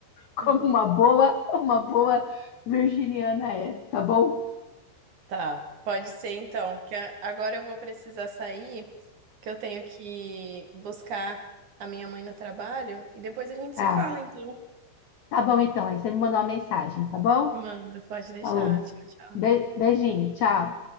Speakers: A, on the left; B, on the right.
A: como
B: Uhum.
A: uma boa, uma boa virginiana é, tá bom?
B: Tá, pode ser então, porque a- agora eu vou precisar sair, que eu tenho que buscar a minha mãe no trabalho e depois a gente
A: Tá,
B: se fala, então.
A: tá bom então. Aí você me mandou uma mensagem, tá bom?
B: Manda, pode deixar.
A: Falou.
B: Tchau, tchau.
A: Be- beijinho, tchau.